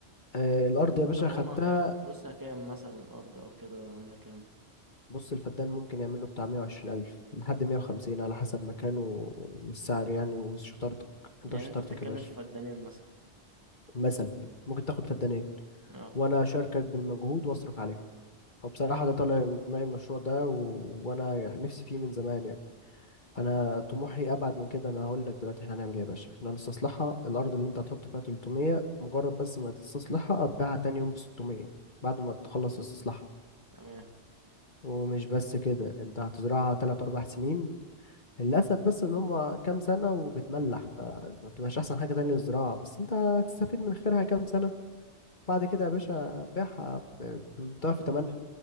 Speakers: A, on the left; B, on the right.
A: آه، الأرض يا باشا
B: طب
A: خدتها
B: هما يعني فلوسها كام مثلا الأرض أو كده عاملة كام
A: بص الفدان ممكن يعمله بتاع 120 ألف لحد 150 على حسب مكانه والسعر يعني وشطارتك انت
B: يعني
A: وشطارتك
B: أنت بتتكلم
A: يا باشا
B: في فدانين مثلا
A: مثلا ممكن تاخد فدانين
B: اه
A: وانا اشاركك بالمجهود واصرف عليهم او بصراحة ده طالع من دماغي المشروع ده و... وانا نفسي فيه من زمان يعني انا طموحي ابعد من كده انا هقول لك دلوقتي احنا هنعمل ايه يا باشا احنا هنستصلحها الارض اللي انت هتحط فيها 300 مجرد بس ما تستصلحها هتبيعها تاني يوم ب 600 بعد ما تخلص استصلاحها
B: تمام
A: ومش بس كده انت هتزرعها 3 4 سنين للأسف بس إن هما كام سنة وبتملح فما بتبقاش أحسن حاجة تانية للزراعة بس أنت هتستفيد من خيرها كام سنة بعد كده يا باشا بيعها ب- بضعف تمنها